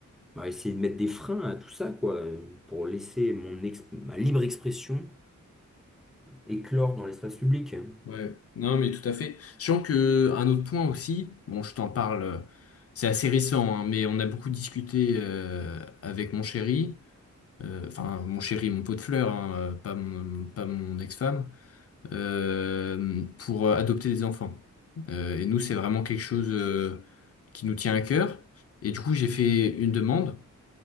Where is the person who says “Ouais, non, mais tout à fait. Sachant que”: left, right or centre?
Left